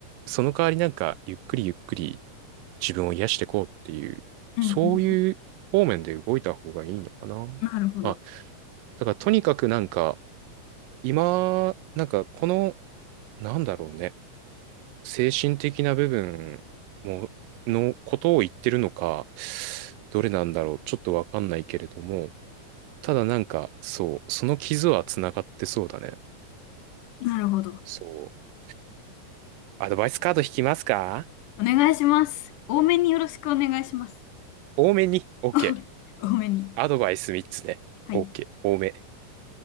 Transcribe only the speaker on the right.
その代わりなんか、ゆっくりゆっくり自分を癒していこうっていう、
そういう方面で動いた方がいいのかな。
あ、だからとにかくなんか、今、なんかこのなんだろうね。精神的な部分も、のことを言ってるのか、どれなんだろう。ちょっとわかんないけれども、ただなんか、そう、その傷は繋がってそうだね。
そう。アドバイスカード引きますか
多めに。OK。
アドバイス3つね。
OK。多め。